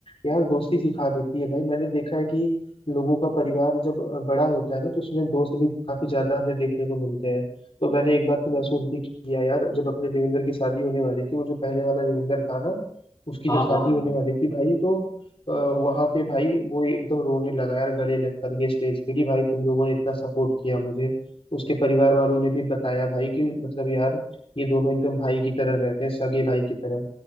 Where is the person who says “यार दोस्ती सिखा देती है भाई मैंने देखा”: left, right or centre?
Left